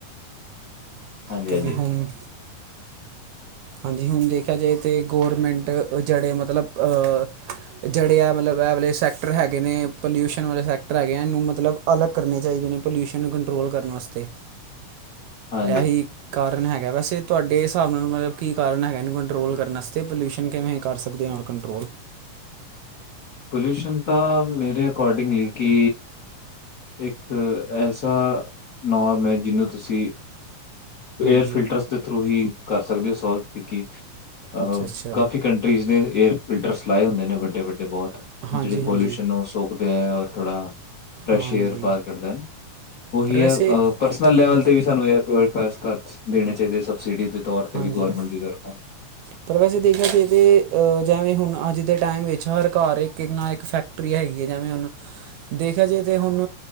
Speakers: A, on the left; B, on the right.
A: ਹਾਂਜੀ
B: ਕਹਿੰਦੀ
A: ਹਾਂਜੀ
B: ਹਮ। ਹਾਂਜੀ ਹੁਨ ਦੇਖਿਆ ਜਾਏ ਤੇ ਗੌਰਮੈਂਟ ਜਿਹੜੇ ਮਤਲਬ ਅ ਜਿਹੜੇ ਆ ਮਤਲਬ ਇਹ ਵਾਲੇ ਸੈਕਟਰ ਹੈਗੇ ਨੇ ਪੋਲਿਊਸ਼ਨ ਵਾਲੇ ਸੈਕਟਰ ਹੈਗੇ ਆ ਇਹਨੂੰ ਮਤਲਬ। ਅਲੱਗ ਕਰਨੇ ਚਾਹੀਦੇ ਨੇ ਪੋਲਿਊਸ਼ਨ ਨੂੰ ਕੰਟਰੋਲ ਕਰਨ ਵਾਸਤੇ
A: ਹਾਂਜੀ
B: ਇਹ ਹੀ। ਕਾਰਨ ਹੈਗਾ ਵੈਸੇ ਤੁਹਾਡੇ ਹਿਸਾਬ ਨਾਲ ਮਤਲਬ ਕੀ ਕਾਰਨ ਹੈਗਾ ਇਹਨੂੰ ਕੰਟਰੋਲ ਕਰਨ ਆਸਤੇ ਪੋਲਿਊਸ਼ਨ ਕਿਵੇਂ ਕਰ ਸਕਦੇ ਆ। ਕੰਟ੍ਰੋਲ।
A: ਪੋਲਿਊਸ਼ਨ ਤਾਂ ਮੇਰੇ ਅਕੋਡਿੰਗਲੀ ਕਿ ਇੱਕ ਐਸਾ ਨੋਰਮ ਹੈ ਜਿਹਨੂੰ ਤੁਸੀਂ
B: ਹਾਂਜੀ
A: ਏਅਰ ਫਿਲਟਰਸ ਦੇ ਥਰੂ ਹੀ ਕਰ ਸਕਦੇ ਹੋ ਸੋਲਵ ਕਿਉੰਕੀ ਅ
B: ਅੱਛਾ ਅੱਛਾ
A: ਕਾਫੀ ਘੰਟੇ ਟ੍ਜ਼ ਨੇ ਏਅਰ ਫਿਲਟਰਸ ਲਾਏ ਹੁੰਦੇ ਨੇ ਵੱਡੇ ਵੱਡੇ ਬਹੁਤ
B: ਹਾਂਜੀ
A: ਜਿਹੜੇ
B: ਹਾਂਜੀ
A: ਪੋਲਿਊਸ਼ਨ ਨੂੰ ਸੋਕ ਦੇ ਏ ਔਰ ਥੋੜਾ ਫ਼੍ਰੇਸ਼
B: ਹਾਂਜੀ
A: ਏਅਰ ਬਾਰ ਕੱਢਦਾ ਏ ਓਹੀ
B: ਪਰ ਵੈਸੇ
A: ਹੈ ਅ ਪਰਸਨਲ ਲੈਵਲ
B: ਹਾਂਜੀ
A: ਤੇ ਵੀ ਸਾਨੂੰ ਏਅਰ ਪਿਊਰੀਫਾਇਰਸ ਘਰਚ ਦੇਣੇ ਚਾਹੀਦੇ ਸਬਸਿਡੀ ਦੇ ਤੌਰ ਤੇ
B: ਹਾਂਜੀ
A: ਵੀ ਗੌਰਮੈਂਟ ਦੀ ਤਰਫੋਂ।
B: ਪਰ ਵੈਸੇ ਦੇਖਿਆ ਜੇ ਤੇ ਅ ਜੇਵੇਂ ਹੁਨ ਅੱਜ ਦੇ ਟਾਈਮ ਵਿੱਚ ਹਰ ਘਰ ਇੱਕ-ਇੱਕ ਨਾ ਇੱਕ ਫੈਕ ਟ੍ਰੀ ਹੈਗੀ ਏ ਜੇਵੇਂ ਹੁਨ ਦੇਖਿਆ ਜੇ ਤੇ ਹੁਨ